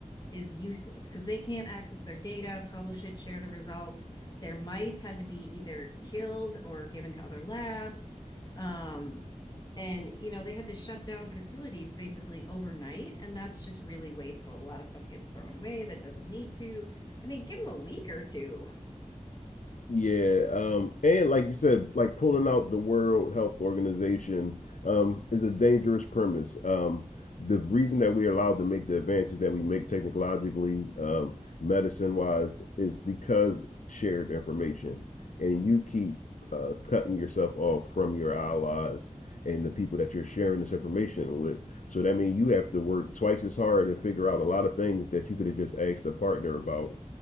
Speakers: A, on the left; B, on the left.
A: is useless because they can't access their data, publish it, share the results. Their mice had to be either killed or given to other labs. Um, and, you know, they had to shut down facilities basically overnight. And that's just really wasteful. A lot of stuff gets thrown away that doesn't need to. I mean, give them a week or two.
B: Yeah, um, and like you said, like pulling out the World Health Organization um, is a dangerous premise. Um, the reason that we are allowed to make the advances that we make technologically, um, medicine-wise, is because shared information, and you keep uh, cutting yourself off from your allies and the people that you're sharing this information with. So that means you have to work twice as hard to figure out a lot of things that you could have just asked a partner about.